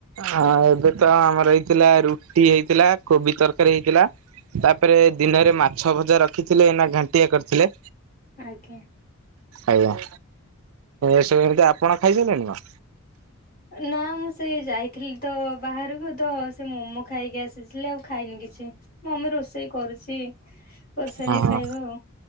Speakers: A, on the right; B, on the left.
A: ହଁ ଏବେ ତ ଆମର ଏଇଥିଲା ରୁଟି ହେଇଥିଲା କୋବି ତରକାରୀ ହେଇଥିଲା। ତାପରେ ଦିନରେ ମାଛ ଭଜା ରଖିଥିଲେ ନା ଘାଣ୍ଟିଆ କରିଥିଲେ।
B: ଆଜ୍ଞା।
A: ଆଜ୍ଞା ଏସବୁ ଏମିତି ଆପଣ ଖାଇସାରିଲେଣି ନା?
B: ନା ମୁଁ ସେଇ ଯାଇଥିଲି ତ ବାହାରକୁ ତ ସେ ମୋମୋ ଖାଇକି ଆସିଥିଲି ଆଉ ଖାଇନି କିଛି। ମମି ରୋଷେଇ କରୁଚି କରି ସାଇଲେ
A: ହଁ ହଁ।
B: ଖାଇବା ଆଉ